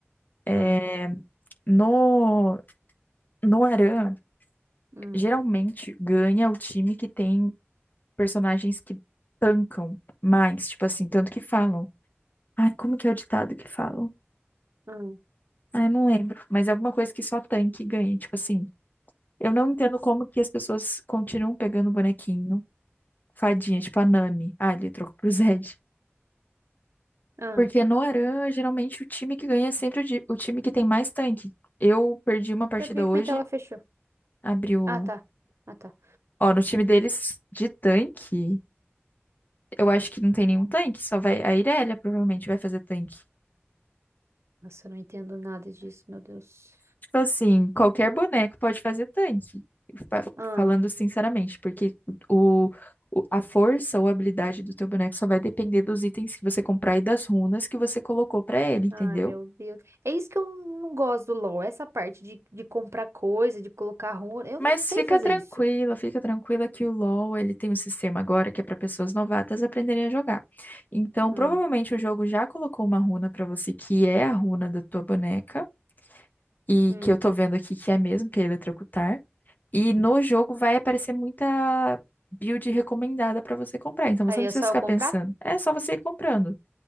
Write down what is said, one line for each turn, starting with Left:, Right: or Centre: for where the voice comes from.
Left: É,
Right: Ah,
Left: no Noaran,
Right: hum,
Left: geralmente ganha o time que tem personagens que tancam mais, tipo assim, tanto que falam. Ai, como que é o ditado que falam?
Right: hum,
Left: Ah, eu não lembro, mas é alguma coisa que só tanque ganha. Tipo assim, eu não entendo como que as pessoas continuam pegando bonequinho, fadinha, tipo a Nami. Ah, ele trocou pro Zed.
Right: ah.
Left: Porque no Aran, geralmente o time que ganha é sempre o, di- o time que tem mais tanque. Eu perdi uma partida
Right: Mas por que
Left: hoje,
Right: que minha tela fechou?
Left: abri o.
Right: Ah, tá. Ah, tá.
Left: Ó, no time deles de tanque, eu acho que não tem nenhum tanque, só vai. A Irelia provavelmente vai fazer tanque.
Right: Nossa, eu não entendo nada disso, meu Deus.
Left: Tipo assim, qualquer boneco pode fazer tanque. Fa-
Right: Ah,
Left: Falando sinceramente, porque o, o- a força ou habilidade do teu boneco só vai depender dos itens que você comprar e das runas que você colocou pra ele, entendeu?
Right: ah, meu Deus. É isso que eu não gosto do LoL, essa parte de, de comprar coisa, de colocar runa. Eu
Left: Mas
Right: não sei
Left: fica
Right: fazer
Left: tranquila,
Right: isso.
Left: fica tranquila que o LoL, ele tem um sistema agora que é para pessoas novatas aprenderem a jogar. Então,
Right: Hum,
Left: provavelmente o jogo já colocou uma runa pra você que é a runa da tua boneca e
Right: hum.
Left: que eu tô vendo aqui que é mesmo, que é eletrocutar. E no jogo vai aparecer muita build recomendada para você comprar. Então você
Right: Aí
Left: não
Right: é
Left: precisa
Right: só
Left: ficar
Right: eu comprar?
Left: pensando. É só você ir comprando.